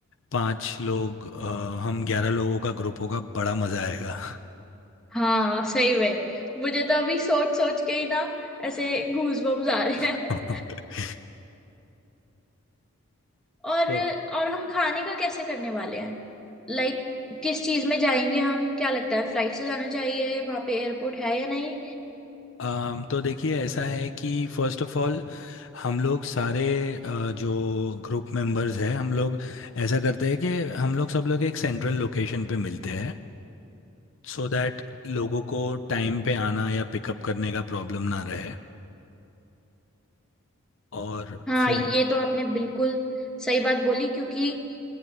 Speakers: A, on the left; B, in the centre.
A: पाँच लोग अ, हम ग्यारह लोगों का ग्रुप होगा बड़ा मज़ा आएगा
B: हाँ सही में मुझे तो अभी सोच सोच के ही ना ऐसे गूज बम्स आ रहे
A: <laughs>
B: हैं <laughs> और
A: तो
B: और हम खाने का कैसे करने वाले हैं लाइक like, किस चीज में जाएंगे हम क्या लगता है फ्लाइट से जाना चाहिए वहां पे एयरपोर्ट है या नहीं
A: अम, तो देखिए ऐसा है कि फर्स्ट ऑफ ऑल हम लोग सारे अ, जो ग्रुप मेंबर्स हैं हम लोग ऐसा करते हैं कि हम लोग सब लोग एक सेंट्रल लोकेशन पे मिलते हैं सो दैट लोगों को टाइम पे आना या पिकअप करने का प्रॉब्लम ना रहे और
B: हाँ
A: फिर
B: ये तो आपने बिल्कुल सही बात बोली क्योंकि